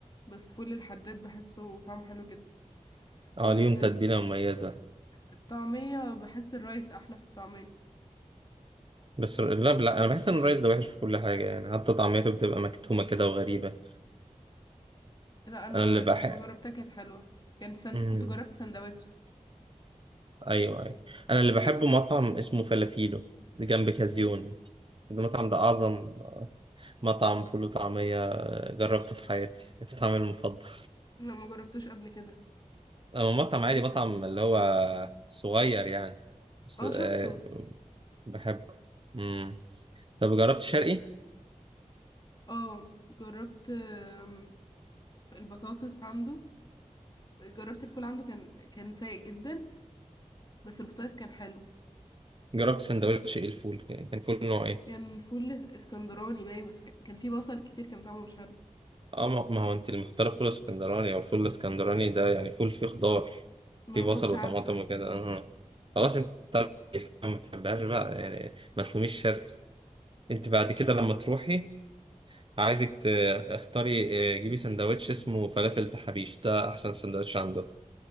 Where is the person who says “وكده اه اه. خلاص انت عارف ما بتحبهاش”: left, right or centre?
Right